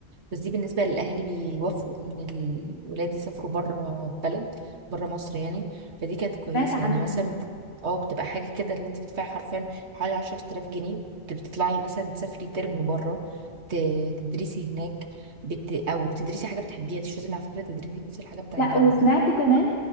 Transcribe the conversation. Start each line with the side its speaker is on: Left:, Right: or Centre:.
Right: بس دي بالنسبة للأهالي بيوافقوا إن الولاد يسافروا بره البلد بره مصر يعني فدي كانت كويسة
Left: سمعت عنها
Right: يعني مثلا بت- اه بتبقى حاجة كده اللي انت بتدفعي حرفيا حوالي عشرة آلاف جنيه بت- بتطلعي مثلا تسافري ترم بره ت- تدرسي هناك بت... أو تدرسي حاجة بتحبيها مش لازم على فكرة تدرسي نفس الحاجة بتاع
Left: لا
Right: الجامعة
Left: وسمعت كمان